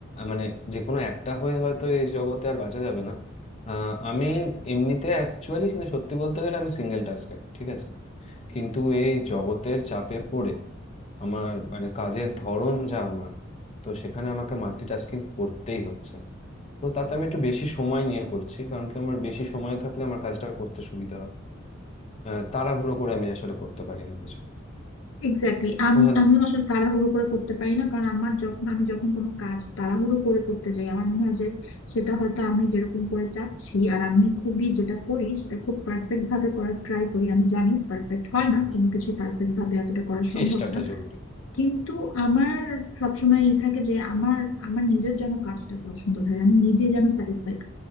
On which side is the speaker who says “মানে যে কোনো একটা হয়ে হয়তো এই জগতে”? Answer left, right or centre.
Left